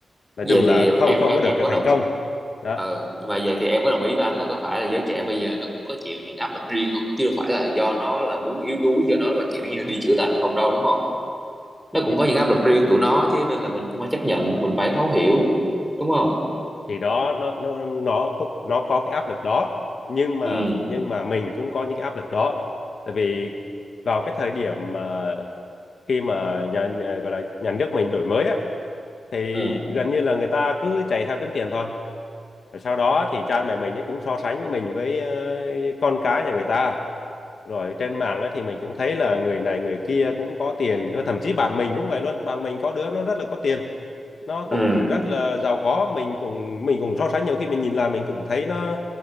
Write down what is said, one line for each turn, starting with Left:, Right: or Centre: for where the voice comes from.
Left: nói
Centre: Vậy
Left: chung là
Centre: thì
Left: không
Centre: em
Left: không
Centre: em
Left: có được
Centre: em
Left: ờ,
Centre: có
Left: thành
Centre: đồng
Left: công đó
Centre: ừ nhưng mà vậy thì em có đồng ý với anh là có phải là giới trẻ bây giờ nó cũng có chịu những áp lực riêng không chứ đâu phải là do nó là muốn yếu đuối do nó là kiểu như đi chữa lành không đâu đúng không nó cũng
Left: thì
Centre: có những áp lực riêng tụi nó chứ nên là mình cũng phải chấp nhận mình phải thấu hiểu đúng không
Left: thì đó nó nó nó có- nó có cái áp lực đó nhưng mà
Centre: ừ
Left: nhưng mà mình cũng có những cái áp lực đó tại vì vào cái thời điểm mà khi mà nhà nhà- gọi là nhà nước mình đổi mới á thì
Centre: ừ
Left: gần như là người ta cứ chạy theo kiếm tiền thôi rồi sau đó thì cha mẹ mình ấy cũng so sánh mình với ờ, con cái nhà người ta rồi trên mạng á, thì mình cũng thấy là người này người kia cũng có tiền rồi thậm chí bạn mình cũng vậy luôn bạn mình có đứa nó rất là có tiền nó cũng
Centre: ừ
Left: rất là giàu có mình cũng mình cũng so sánh nhiều khi mình nhìn lại mình cũng thấy nó